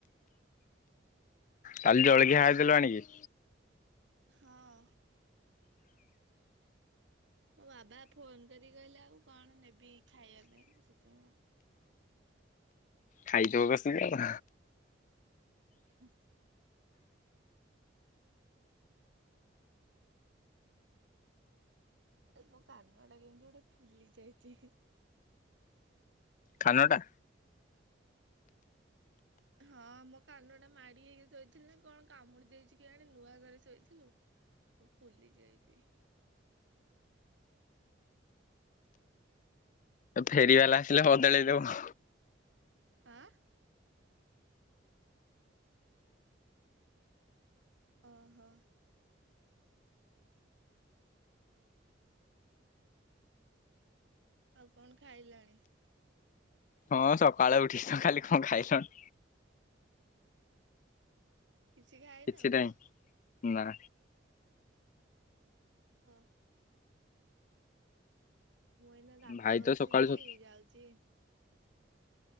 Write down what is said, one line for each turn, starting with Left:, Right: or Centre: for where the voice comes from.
Left: କାଲ୍ ଜଳଖିଆ ଖାଇଦେଲୁ ଆଣିକି।
Right: ହଁ। ମୋ ବାବା ଫୋନ୍ କରିକି କହିଲେ ଆଉ କଣ ନେବି ଖାଇବା ପାଇଁ? ଶୀଥିାଇଁଅ
Left: ଖାଇଥବକସି ଆ
Right: ହୁଁ। ଏ ମୋ କାନ ଟା କେନ୍ତି ଗୋଟେ ଫୁଲି ଯାଇଛି।
Left: ଖାନଟା
Right: ହଁ ମୋ କାନ ଟା ମାଡି ହେଇକି ଶୋଇଥିଲି ନା କଣ କାମୁଡି ଦେଇେଇଛି କି ଆଣି ନୂଆ ଘରେ ଶୋଇଥିଲୁ। ଓ ଫୁଲି ଯାଇଛି।
Left: ଫେରିବାଲା ଆସିଲେ ବଦଳେଇ ଦେବ।
Right: ଆଁ। ଓହୋ। ଆଉ କଣ ଖାଇଲଣି।
Left: ହଁ ସକାଳେ ଉଠି ତ ଖାଲି କଣ ଖାଇଲଣି।
Right: କିଛି ଖାଇନ?
Left: କିଛି ନାହିଁ ନା।
Right: ଓହୋ। ମୁଁ ଏଇନା ଦାନ୍ତ
Left: ଭାଇ
Right: ଘଷିକି
Left: ତ ସକାଳୁ
Right: ଯାଉଛି